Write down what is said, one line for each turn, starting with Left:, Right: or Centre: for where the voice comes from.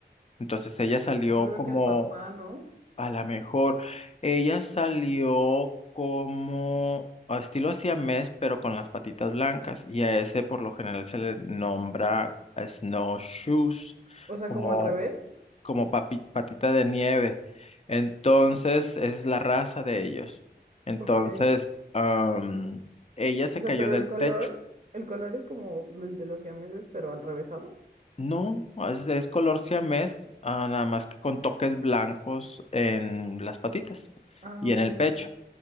Left: Entonces ella salió
Right: Yo creo
Left: como
Right: que el papá, ¿no?
Left: A lo mejor ella salió como a estilo siamés, pero con las patitas blancas, y a ese por lo general se le nombra a snowshoes,
Right: O sea,
Left: como,
Right: como al revés.
Left: como papi- patita de nieve. Entonces, esa es la raza de ellos. Entonces,
Right: Ok.
Left: am, ella se
Right: O sea,
Left: cayó
Right: pero
Left: del
Right: el color,
Left: techo.
Right: el color es como el de los siameses, pero al revésado.
Left: No, es, es color siamés, ah, nada más que con toques blancos en las patitas
Right: Ah,
Left: y
Right: ok,
Left: en el
Right: ok.
Left: pecho.